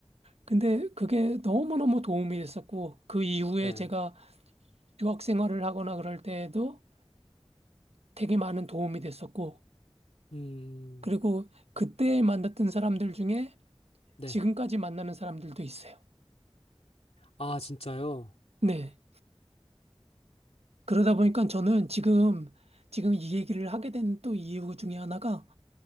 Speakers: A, on the right; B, on the left.
A: 근데 그게 너무너무 도움이 됐었고, 그 이후에
B: 네,
A: 제가 유학 생활을 하거나 그럴 때에도 되게 많은 도움이 됐었고,
B: 음,
A: 그리고 그때 만났던 사람들 중에
B: 네.
A: 지금까지 만나는 사람들도 있어요.
B: 아, 진짜요?
A: 네. 그러다 보니까 저는 지금, 지금 이 얘기를 하게 된 또 이유 중에 하나가